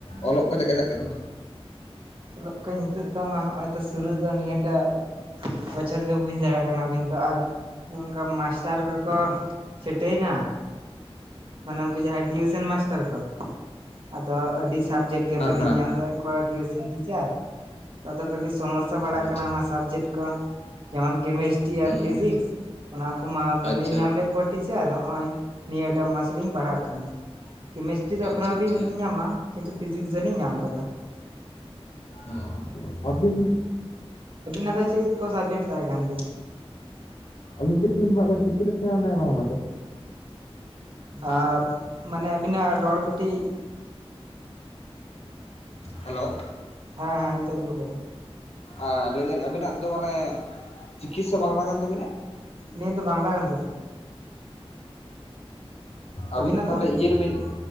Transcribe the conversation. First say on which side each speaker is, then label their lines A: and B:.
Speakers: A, on the left; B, on the right.
A: ᱚᱞᱚᱜ ᱠᱚ ᱪᱮᱫ ᱠᱟ ᱪᱟᱞᱟᱜ ᱠᱟᱱᱟ?
B: ᱚᱞᱚᱜ ᱠᱚᱧ ᱱᱤᱛᱚᱜ ᱛᱚᱢᱟ ᱦᱚᱸᱜ ᱚᱭ ᱛᱚ ᱥᱩᱨᱩ ᱫᱚ ᱱᱤᱭᱟᱹ ᱴᱟᱜ ᱵᱚᱪᱷᱚᱨ ᱜᱮ ᱵᱩᱡ ᱫᱟᱲᱮ ᱠᱟᱱᱟ ᱵᱤᱱ ᱛᱚ ᱟᱨ ᱱᱚᱝᱠᱟ ᱢᱟᱥᱴᱟᱨ ᱠᱚ ᱠᱚ ᱪᱷᱟᱹᱴᱟᱹᱭᱱᱟ ᱢᱟᱱᱮ ᱩᱱᱠᱩ ᱡᱟᱦᱟᱸᱭ ᱴᱤᱭᱩᱥᱮᱱ ᱢᱟᱥᱴᱟᱨ ᱠᱚ, ᱟᱫᱚ ᱟᱹᱰᱤ ᱥᱟᱵᱡᱮᱠᱴ ᱜᱮ ᱵᱟᱹᱞᱤᱧ
A: ᱟᱪᱪᱷᱟ ᱟᱪᱪᱷᱟ
B: ᱧᱟᱢ
A: ᱟᱪᱪᱷᱟ
B: ᱫᱟᱭᱮᱜ ᱠᱚᱣᱟ ᱴᱤᱭᱩᱥᱮᱱ ᱴᱤᱪᱟᱨ, ᱟᱫᱚ ᱠᱟᱹᱴᱤᱡ ᱥᱚᱢᱚᱥ ᱥᱟ ᱯᱟᱲᱟᱜ
A: ᱦᱮᱸ ᱦᱮᱸ ᱦᱮᱸ
B: ᱠᱟᱱᱟ
A: ᱟᱪᱪᱷᱟ
B: ᱚᱱᱟ ᱥᱟᱵᱡᱮᱠᱴ ᱠᱚ ᱡᱮᱢᱚᱱ ᱠᱮᱢᱮᱥᱴᱨᱤ ᱟᱨ
A: ᱚᱸ
B: ᱯᱷᱤᱡᱤᱠᱥ ᱚᱱᱟ ᱠᱚᱢᱟ ᱵᱟᱹᱞᱤᱧ
A: ᱟᱪᱪᱷᱟ
B: ᱧᱟᱢ ᱞᱮᱫ ᱠᱚᱣᱟ ᱴᱤᱪᱟᱨ ᱦᱚᱸᱜ-ᱚᱭ ᱱᱤᱭᱟᱹᱴᱟᱜ ᱢᱟᱥ ᱞᱤᱧ ᱯᱟᱲᱦᱟᱜ ᱠᱟᱱᱟ᱾ ᱠᱮᱢᱮᱥᱴᱨᱤ ᱫᱚ
A: ᱟᱪᱪᱷᱟ
B: ᱮᱠᱷᱚᱱᱳᱣ ᱟᱣᱨᱤᱧ
A: ᱟᱪᱪᱷᱟ
B: ᱧᱟᱢᱟ ᱠᱤᱱᱛᱩ ᱯᱷᱤᱡᱤᱠᱥ ᱫᱚᱞᱤᱧ ᱧᱟᱢ ᱠᱟᱫᱟ᱾
A: ᱚ ᱟᱵᱤᱱ
B: ᱟᱵᱤᱱᱟᱜ ᱫᱚ ᱪᱮᱫ ᱠᱚ ᱥᱟᱵᱡᱮᱠᱴ ᱛᱟᱦᱮᱸ ᱠᱟᱱ ᱜᱮᱭᱟ?
A: ᱟᱹᱵᱤᱱ ᱪᱮᱫ ᱛᱮᱵᱤᱱ ᱯᱟᱲᱟᱜ ᱠᱟᱱᱟ, ᱪᱤᱠᱤ ᱛᱮ ᱥᱮ ᱟᱱᱮ ᱵᱟᱝᱞᱟ ᱛᱮ?
B: ᱟᱵ ᱢᱟᱱᱮ ᱟᱹᱵᱤᱱᱟᱜ ᱨᱚᱲ ᱠᱟᱹᱴᱤᱡ
A: ᱦᱮᱞᱳ᱾
B: ᱦᱮᱸ ᱦᱮᱸ ᱱᱤᱛᱚᱜ ᱟᱡᱚᱢᱚᱜ ᱠᱟᱱᱟ᱾
A: ᱟ ᱞᱟᱹᱭ ᱫᱟᱹᱧ ᱟᱵᱤᱱᱟᱜ ᱫᱚ ᱢᱟᱱᱮ ᱪᱤᱠᱤ ᱥᱮ ᱵᱟᱝᱞᱟ ᱠᱟᱱ ᱛᱟᱵᱤᱱᱟ?
B: ᱟᱞᱤᱧᱟᱜ ᱫᱚ ᱵᱟᱝᱞᱟ ᱠᱟᱱ ᱛᱟᱞᱤᱧᱟ ᱾
A: ᱟᱹᱵᱤᱱ
B: ᱟᱹᱵᱤᱱᱟᱜ
A: ᱛᱟᱦᱞᱮ
B: ᱫᱚ
A: ᱤᱭᱟᱹ ᱨᱮᱵᱤᱱ,